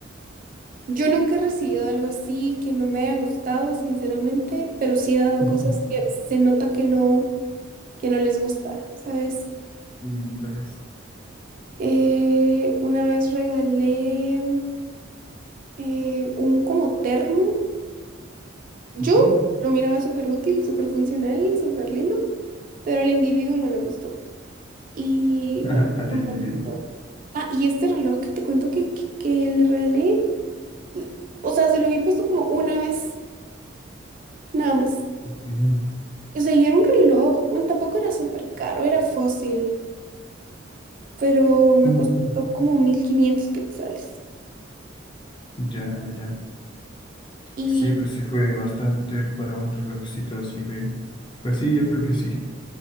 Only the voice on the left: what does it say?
Ujú.
Híjoles.
Ujú.
<laughs>
Al
individuo.
Bien.
Mm.
Ya, ya, ya.
Sí, pues sí fue bastante para un relojcito así de... Pues sí, yo creo que sí.